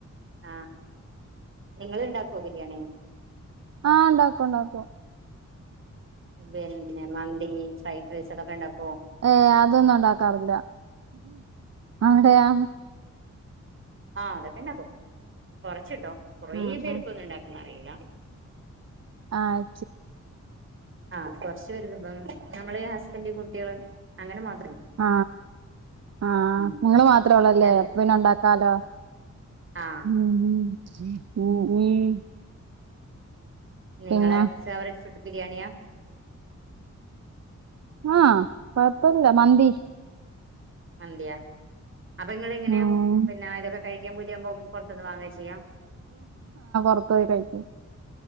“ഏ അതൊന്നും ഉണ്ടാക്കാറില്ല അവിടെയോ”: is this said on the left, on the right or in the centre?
Right